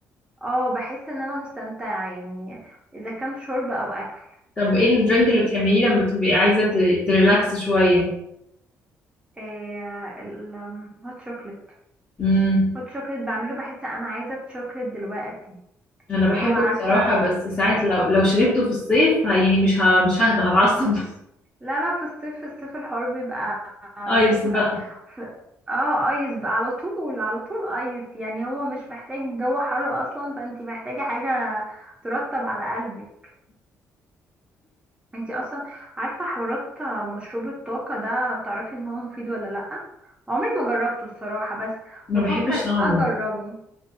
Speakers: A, on the right; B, on the left.
A: اه بحس إن أنا مستمتعة يعني إذا كان شرب أو أكل
B: طب ايه الدرينك اللي بتعمليه لما بتبقي عايزة ت- تريلاكس شوية
A: إيه الهوت شوكليت
B: امم
A: هوت شوكليت بعمله بحس أنا عايزة شوكليت دلوقتي
B: انا بحبه
A: اللي هو عارفة
B: بصراحة بس ساعات لو لو شربته في الصيف ه- يعني مش ه... مش ههدى هتعصب <laughs>
A: لا لا في الصيف في الصيف الحوار بيبقى رخم
B: ايس بقى
A: قوي ف... اه ايس بقى على طول على طول ايس يعني هو مش محتاج جو حر اصلا فانتي محتاجة حاجة ترطب على قلبك انتي اصلا عارفة حوارات مشروب الطاقة ده بتعرفي ان هو مفيد ولا لأ عمري ما جربته الصراحة بس
B: ما
A: بفكر
B: بحبش طعمه
A: اجربه